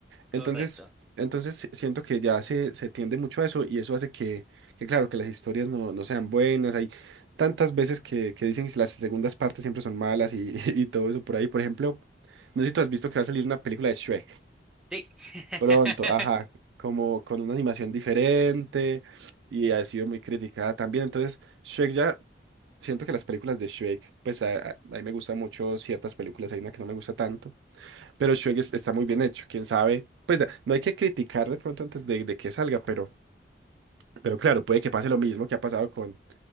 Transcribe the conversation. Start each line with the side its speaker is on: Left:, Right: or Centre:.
Centre: Correcto.
Right: Entonces, entonces si, siento que ya se, se tiende mucho a eso y eso hace que, que claro, que las historias no, no sean buenas. Hay tantas veces que, que dicen que las segundas partes siempre son malas y, <laughs> y todo eso por ahí. Por ejemplo, no sé si tú has visto que va a salir una película de Shrek
Centre: Sí. <laughs>
Right: pronto, ajá, como con una animación diferente y ha sido muy criticada también. Entonces, Shrek ya, siento que las películas de Shrek, pues a, a- a mí me gustan mucho ciertas películas, hay una que no me gusta tanto pero Shrek es- está muy bien hecho, quién sabe. Pues da- no hay que criticar de pronto antes de, de que salga, pero, pero claro, puede que pase lo mismo que ha pasado con,